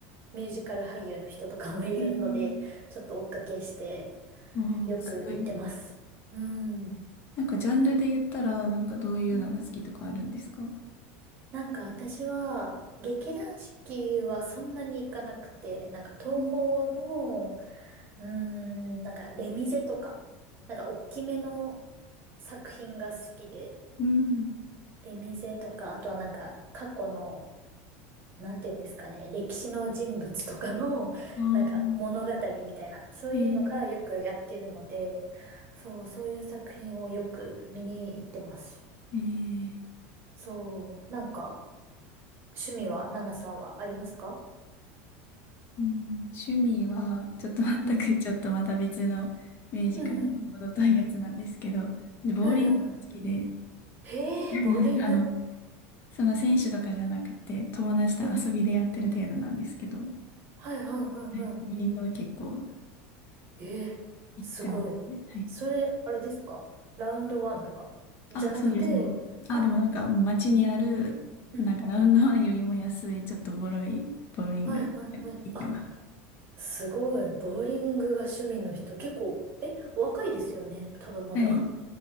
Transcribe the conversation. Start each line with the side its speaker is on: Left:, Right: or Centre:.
Right: ミュージカル俳優の人とかもいるので、
Left: えー、
Right: ちょっと追っかけして、
Left: おー、
Right: よく行ってます。
Left: すごい。
Right: うん。うん
Left: なんかジャンルで言ったら、なんかどういうのが好きとかあるんですか
Right: うんなんか私は、劇団四季はそんなに行かなくて、なんか東宝の、
Left: うん。
Right: うーん、なんかレミゼとか、なんか大きめの作品が好きで、
Left: うん
Right: 出店とか、あとはなんか、過去の、なんていうんですかね、歴史の人物とかの、<laughs>
Left: ああ、
Right: なんか、物語みたいな、そういうのがよくやってるので、
Left: えー
Right: そう、そういう作品をよく見に行ってます。
Left: ええ
Right: そう、なんか、趣味は、ナナさんはありますか
Left: うん、趣味は、ちょっと全く、
Right: うん。
Left: <laughs> ちょっとまた別のミュージカルの程遠いやつなんですけど、
Right: うんうんうん。
Left: ボーリングが好きで、
Right: はいはいはい。へえ、
Left: <laughs>
Right: ボーリング
Left: あの、そんな選手とかじゃなくて、友達と遊びでやってる程度なんですけど、
Right: うん。
Left: は
Right: はいはいはいは
Left: い、ボーリングは結構
Right: い。ええ、
Left: 行ってますね。
Right: すごい。
Left: はい。
Right: それ、あれですかラウンドワンとかじゃなくて、
Left: あ、そうです、もう。あ、
Right: あ、
Left: でもなんか、もう街にある、
Right: うん
Left: なんかラウンドワンよりも安い、ちょっとボロいボーリング
Right: はいはいはい。
Left: 行ってます。
Right: あ、すごい。ボーリングが趣味の人、結構、え、お若いですよね。多分まだ。
Left: はい。